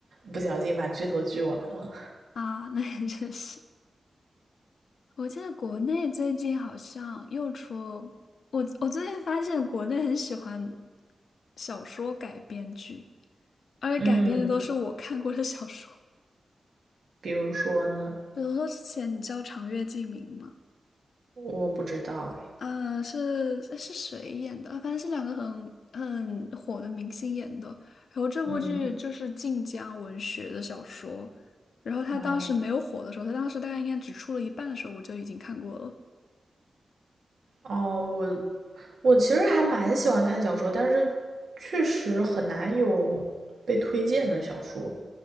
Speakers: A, on the right (about 65°); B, on the left (about 80°).
A: 不小心把剧头剧完了。
B: 啊，那也确实。我记得国内最近好像又出，我我最近发现国内很喜欢小说改编剧，而且改编的都是我看过的小说。
A: 嗯，比如说呢，
B: 比如说之前你知道长月烬明吗？
A: 我不知道诶
B: 啊、是是谁演的？啊反正是两个很很火的明星演的。然后这部剧就是晋江文学的小说，
A: 嗯
B: 然后他当时没有火的时候，
A: 啊
B: 他当时大概应该只出了一半的时候，我就已经看过了。
A: 哦，我我其实还蛮喜欢看小说，但是确实很难有被推荐的小说，